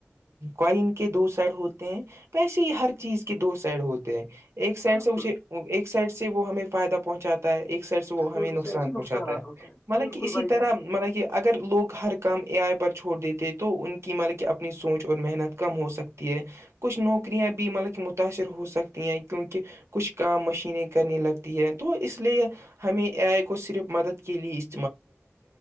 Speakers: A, on the right; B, on the left.
A: کوئن کے دو سائڈ ہوتے ہیں پیسے ہی ہر چیز کے دو سائڈ ہوتے ہیں ایک سائڈ
B: بالکل
A: سے اسے ایک سائڈ سے وہ ہمیں فائدہ پہنچاتا ہے ایک سڈ سے وہ
B: دوسری
A: ہمیں نقصان
B: سائڈ سے
A: پہنچاتا
B: نقصانات
A: ہے
B: ہوتے ہیں
A: مطلب
B: بالکل
A: کہ اسی
B: بھائی
A: طرح
B: جان
A: مطلب کہ اگر لوگ ہر کام اے آئی پر چھوڑ دیتے تو ان کی ملب کہ اپنی سوچ اور محنت کم ہو سکتی ہے کچھ نوکریاں بھی مطلب کہ متاثر ہو سکتی ہیں کیونکہ کچھ کام مشینیں کرنے لگتی ہے تو اس لیے ہمیں ا آئی کو صرف مدد کے لیے اس